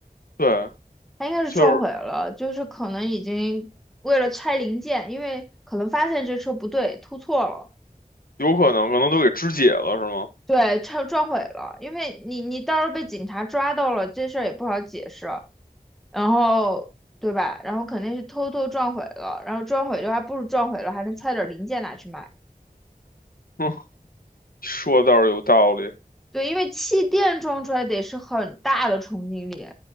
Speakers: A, on the left; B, in the centre.
A: 对。
B: 他应该是撞毁了，
A: 就是
B: 就是可能已经为了拆零件，因为可能发现这车不对，突错了。
A: 有可能，可能都给肢解了，是吗？
B: 对，撞撞毁了，因为你你到时候被警察抓到了，这事儿也不好解释，然后对吧？然后肯定是偷偷撞毁了，然后撞毁的话，不如撞毁了还能拆点零件拿去卖。
A: 哼，说的倒是有道理，
B: 对，因为气垫撞出来得是很大的冲击力，